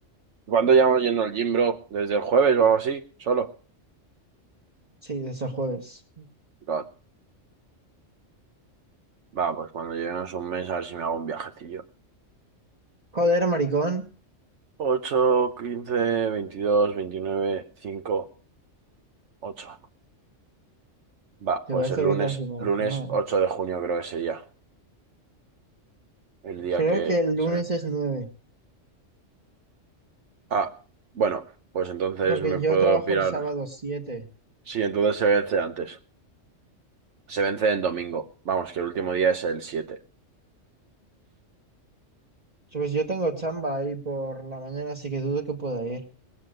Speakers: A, on the right (about 70°); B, on the right (about 30°).
A: Cuándo llevamos yendo al gym, bro? ¿Desde el jueves o algo así? ¿Solo?
B: Sí, desde el jueves.
A: God. Va, pues cuando lleguemos un mes a ver si me hago un viajecillo.
B: Joder, maricón.
A: Ocho quince veintidós veintinueve cinco ocho. Va,
B: Que
A: pues
B: parece
A: el lunes,
B: que estás haciendo
A: lunes
B: la semana.
A: 8 de junio creo que sería el día
B: Creo
A: que
B: que el lunes
A: se vence.
B: es nueve
A: Ah, bueno, pues entonces
B: Porque
A: me puedo
B: yo trabajo
A: pirar.
B: el sábado siete
A: Sí, entonces se vence antes. Se vence en domingo. Vamos, que el último día es el 7.
B: So, Pues yo tengo chamba ahí por la mañana, así que dudo que pueda ir.